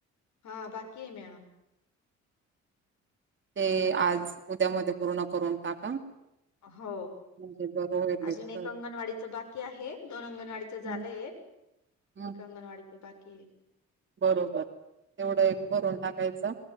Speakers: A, on the left; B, on the right.
A: हा बाकी आहे मॅड
B: ते आज उद्यामध्ये पूर्ण करून टाका
A: हो
B: म्हणजे बरं होईल
A: अजून एक
B: तर.
A: अंगणवाडीचं बाकी आहे दोन अंगणवाडीच झालंय
B: हम्म.
A: ते
B: हम्म
A: अंगनवाडीचे बाकी
B: बरोबर तेवढं एक बरून टाकायचं